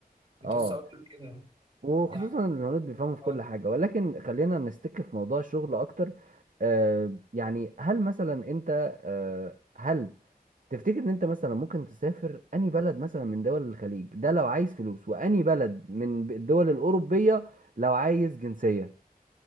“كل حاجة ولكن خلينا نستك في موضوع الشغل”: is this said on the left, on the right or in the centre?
Right